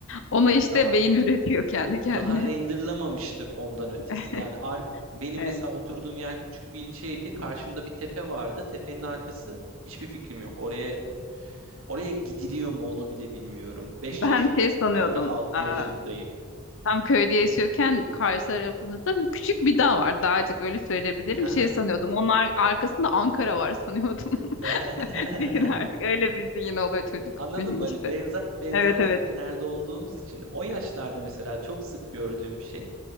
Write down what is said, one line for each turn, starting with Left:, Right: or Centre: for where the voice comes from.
Left: Onu
Right: Hani
Left: işte
Right: daha
Left: beyin üretiyor kendi
Right: ha,
Left: kendine.
Right: daha renderlamamıştır ondan ötesi.
Left: <laughs>
Right: Yani ark, benim
Left: Evet.
Right: mesela oturduğum yer küçük bir ilçeydi. Karşımda bir tepe vardı. Tepenin arkası Hiçbir fikrim yok. Oraya Oraya gidiliyor mu onu bile bilmiyorum. 5
Left: Ben
Right: yaşındayım,
Left: şey sanıyordum.
Right: belki 6
Left: Aa,
Right: yaşındayım.
Left: Tam köyde yaşıyorken karşı tarafımızda küçük bir dağ var. Dağcık öyle söyleyebilirim.
Right: Aha.
Left: Şey sanıyordum. Onun arkasında Ankara var sanıyordum.
Right: <laughs>
Left: <laughs> Düşün artık. Öyle bir zihin oluyor çocuk
Right: Anladın
Left: zihni
Right: mı? Hani
Left: işte.
Right: benzer benzer
Left: Evet
Right: zihinlerde
Left: evet.
Right: olduğumuz için o yaşlarda mesela çok sık gördüğüm şey